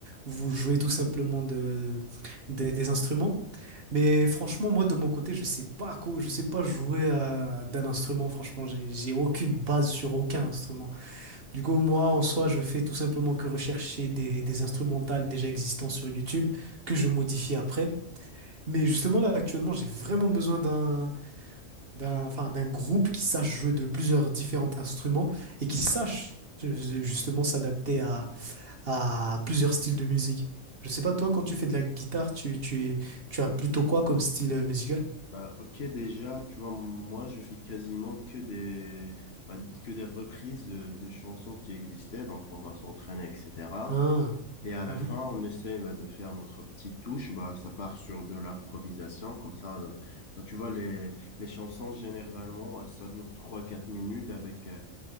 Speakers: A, on the right; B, on the left.
A: vous jouez tout simplement de, des des instruments. Mais franchement, moi, de mon côté, je sais pas quoi, je sais pas jouer à- d'un instrument. Franchement, j'ai, j'ai aucune base sur aucun instrument. Du coup, moi, en soi, je fais tout simplement que rechercher des, des instrumentales déjà existants sur YouTube que je modifie après. Mais justement, là, actuellement, j'ai vraiment besoin d'un d'un enfin, d'un groupe qui sache jouer de plusieurs différents instruments et qui sache euh, justement s'adapter à, à plusieurs styles de musique. Je sais pas, toi, quand tu fais de la guitare, tu, tu, es- tu as plutôt quoi comme style euh, musical?
B: Bah, ok, déjà, tu vois, moi, je fais quasiment que des, bah, que des reprises de, de chansons qui existaient, donc on va s'entraîner, etc.
A: Ah,
B: Et à la
A: mhm,
B: fin, on essaie bah, de faire notre petite touche, bah, ça part sur de l'improvisation, comme ça, bah, tu vois, les, les chansons, généralement, ça dure trois quatre minutes avec... euh,